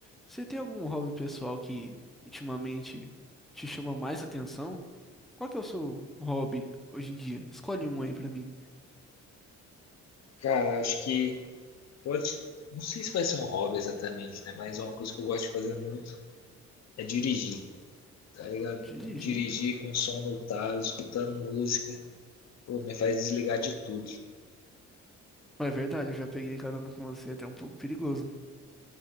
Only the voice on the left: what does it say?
Cara, acho que pode. Não sei se vai ser um hobby exatamente, né? Mas é uma coisa que eu gosto de fazer muito é dirigir, tá ligado?
Dirigir com som no talo, escutando música, pô, me faz desligar de tudo.